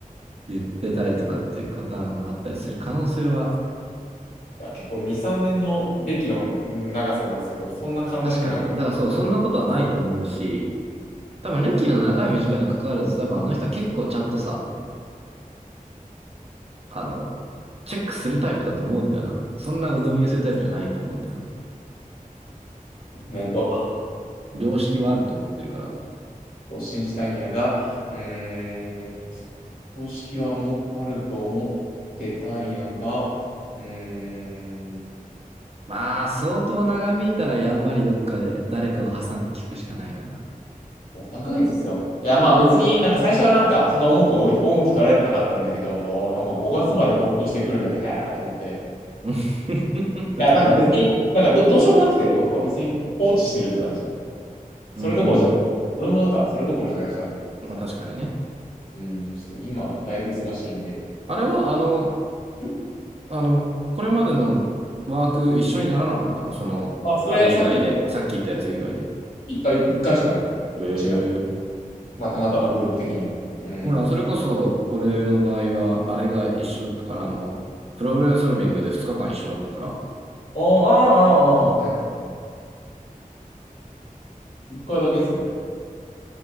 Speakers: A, on the right; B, on the left.
A: 言ってたりとかっていうパターンがあったりする可能性は
B: いや、結構2、3年の歴の長さなんですけど、そんな簡単になくなっ
A: 確かにね。だからそう、そんなことはないと思うし、多分歴の長い短いに関わらず、
B: た。
A: 多分あの人は結構ちゃんとさ、あの、チェックするタイプだと思うんだよな。そんな鵜呑みにするタイプじゃないと思うんだよな。
B: 面倒。
A: 良識はあると思ってるから。
B: と信じたいんやが、うーん、組織はもあると思ってたんやが、うーん、
A: まあ、相当長引いたらやんわりどっかで誰かを挟んで聞くしかないかな。
B: もう3ヶ月ですよ。いや、まあ別になんか最初はなんかそんな重く置い、重き取られてなかったんだけど、あーなんか5月までこの年で来るんや、へーと思って。
A: <laughs> 出てくる
B: いや、なんか別に、なんかど、どうしようもなくて、なんか別に放置してるって感じ。それどころじゃない。
A: うーん。
B: 俺もなんかそれどころじゃないしな。
A: まあ確かにね。
B: そう。うん、ちょっと今、だいぶ忙しいんで。
A: あれは、あの、
B: ん
A: あの、これまでのワーク一緒にならなかったのその、
B: あ、それ、
A: あれ以外で、
B: さっき言った、
A: さっき言ったやつ以外で。
B: 一回、一回しかない。
A: へえ。
B: ちな。まあ、たまたまグループ的には。うん。
A: ほら、それこそ、俺の場合は、あれが一緒だったから、あの、プロブレムソルビングで2日間一緒だったから。
B: ああ、ああ、ああ、はいはい。一回だけですね。